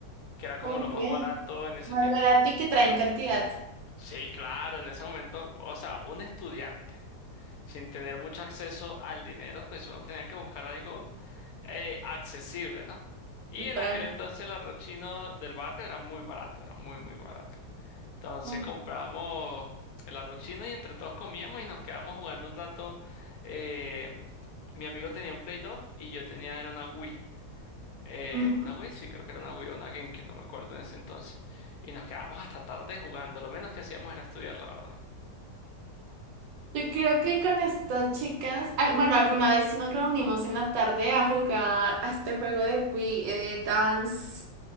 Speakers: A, on the left; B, on the right.
A: que era como
B: Ok.
A: lo más barato en ese
B: Más
A: tiempo.
B: barato y que traen cantidad.
A: Sí, claro, en ese momento, o sea, un estudiante sin tener mucho acceso al dinero, pues uno tenía que buscar algo eh, accesible, ¿no? Y
B: Total.
A: en aquel entonces el arroz chino del barrio era muy barato, era muy, muy barato. Entonces
B: Oh.
A: compramos el arroz chino y entre todos comíamos y nos quedábamos jugando un rato. Eh, mi amigo tenía un Play 2 y yo tenía era una Wii. Eh,
B: Ujú.
A: una Wii, sí, creo que era una Wii o una GameCube, no me acuerdo en ese entonces. Y nos quedábamos hasta tarde jugando, lo menos que hacíamos era estudiar, la verdad.
B: Yo creo que con estas chicas, al- bueno, alguna vez sí nos reunimos en la tarde a jugar a este juego de Wii, eh, Dance